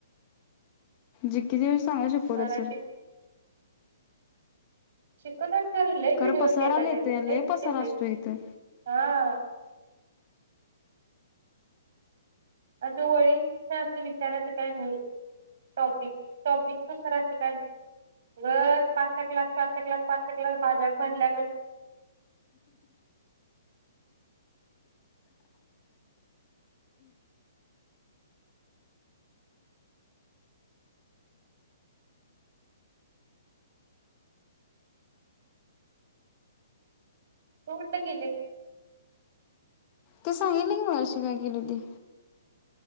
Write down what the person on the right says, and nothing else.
मराठी
शिकत आहे तर लई
विडिओस
गेलाय
तेन
<unintelligible> हा. असं वळी असं विचारायचं काय नाही टॉपिक टॉपिक नुसारचं काय ग पाचचा क्लास, पाचचा क्लास, पाचचा क्लास बाजप भरल्या ग तोडलं केेले.